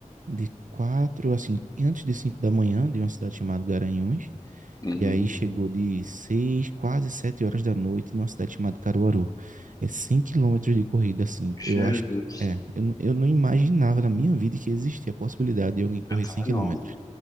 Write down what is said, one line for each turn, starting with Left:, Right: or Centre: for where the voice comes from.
Right: de quatro, assim, antes de cinco da manhã, de uma cidade chamada Garanhuns,
Left: Uhum.
Right: e aí chegou de seis, quase sete horas da noite numa cidade chamada Caruaru. É 100 quilômetros de corrida, assim.
Left: Jesus.
Right: Eu acho que é. Eu, não- eu não imaginava na minha vida que existia a possibilidade de alguém correr
Left: Eu também
Right: 100 quilômetros.
Left: não,